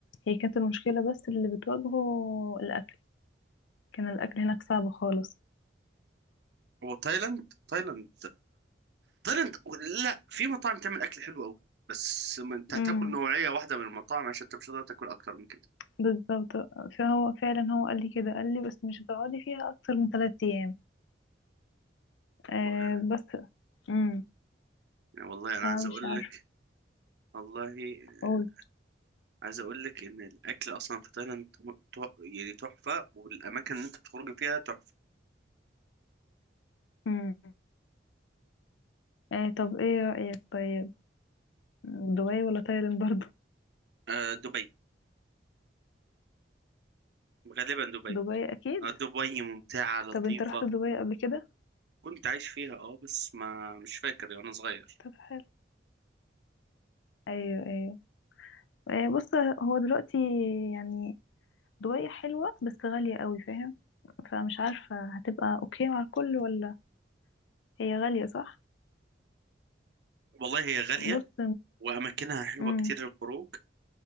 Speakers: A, on the left; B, on the right.
A: هي كانت المشكله بس اللي بتواجهه الاكل كان الاكل هناك صعب خالص
B: هو تايلاند تايلاند تايلاند لا في مطاعم تعمل اكل حلو قوي بس ما انت هتاكل
A: امم
B: نوعيه واحده من المطاعم عشان انت مش هتقدر تاكل اكتر من كده
A: بالظبط فهو فعلا هو قال لي كده قال لي بس مش هتقعدي فيها اكتر من ثلاث ايام آه
B: والله
A: بس امم
B: يعني والله انا
A: فمش
B: عايز اقول
A: عارفه
B: لك والله آه،
A: اقول
B: عايز اقول لك ان الاكل اصلا في تايلاند م- تع- يعني تحفه والاماكن اللي انت بتخرج فيها تحفه
A: امم آه طب ايه رايك طيب دبي ولا تايلاند برضو
B: آه دبي غالبا دبي
A: <laughs> دبي اكيد
B: آه دبي ممتعه لطيفه
A: طب انت رحت دبي قبل كده
B: كنت عايش فيها اه بس ما مش فاكر يعني، وانا صغير
A: طب حلو ايوه ايوه آه بص هو دلوقتي يعني دبي حلوه بس غاليه قوي فاهم فمش عارفه هتبقى اوكي مع الكل ولا هي غاليه صح
B: والله هي غالية
A: بص
B: وأماكنها حلوة
A: امم
B: كتير للخروج